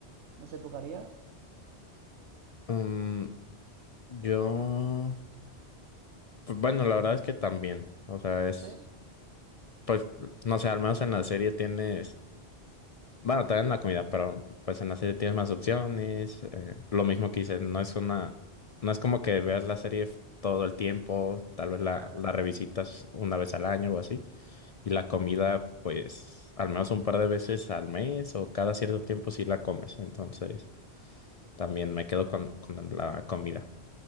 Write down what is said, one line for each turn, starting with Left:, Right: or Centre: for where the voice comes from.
Right: No sé, ¿tú qué harías?
Left: Mm, yo, pues bueno, la verdad es que también, o sea, es,
Right: ¿Sí?
Left: pues, no sé, al menos en la serie tienes, bueno, también en la comida, pero pues en la serie tienes más opciones, eh, lo mismo que dices, no es una, no es como que veas la serie f- todo el tiempo, tal vez la,
Right: Claro.
Left: la revisitas una vez al año o así, y la comida, pues, al menos un par de veces al mes o cada cierto tiempo sí la comes, entonces también me quedo con, con la comida.